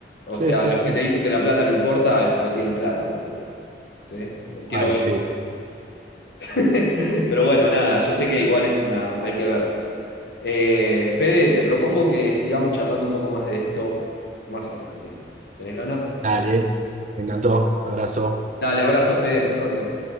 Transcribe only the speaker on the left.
O
sea,
los
que te dicen que la plata no importa es porque tienen plata, boludo. ¿Sí? Los quiero
ver
<laughs> Pero bueno, nada, yo sé que igual es una, hay que ver. Eh, Fede, te propongo que sigamos charlando un poco más de esto más adelante. ¿Tenés ganas?
Dale, abrazo, Fede, suerte.